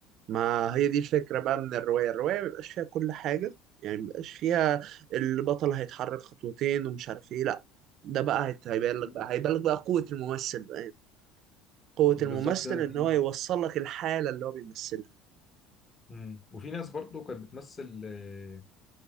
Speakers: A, on the right (about 55°); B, on the left (about 25°).
A: ما هي دي الفكرة بقى من الرواية الرواية مبيبقاش فيها كل حاجة يعني مبيبقاش فيها البطل هيتحرك خطوتين ومش عارف ايه لأ ده بقى هيت- هيبان
B: مم.
A: لك بقى هيبان لك بقى قوة الممثل بقى يعني. قوة
B: بالظبط
A: الممثل
B: كده
A: إن
B: دي
A: هو يوصل لك الحالة اللي هو بيمثلها
B: مم. وفي ناس برضه كانت بتمثل آه،